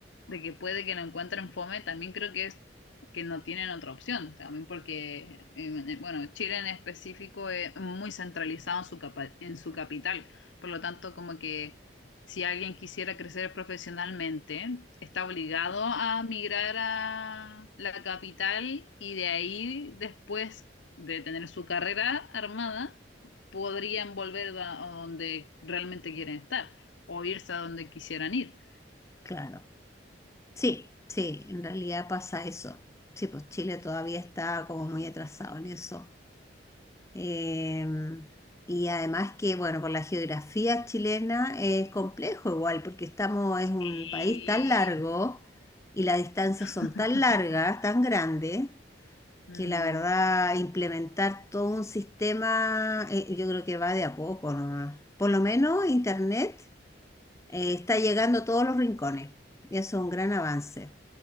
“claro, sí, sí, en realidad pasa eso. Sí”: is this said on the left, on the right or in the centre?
Left